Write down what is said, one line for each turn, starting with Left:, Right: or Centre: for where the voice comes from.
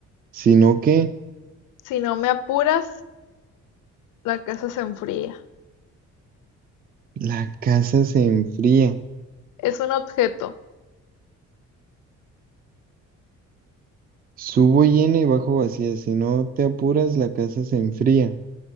Right: Sino que
Left: Si no me apuras, la casa se enfría.
Right: la casa se enfría.
Left: Es un objeto.
Right: Subo llena y bajo vacía. Si no te apuras, la casa se enfría.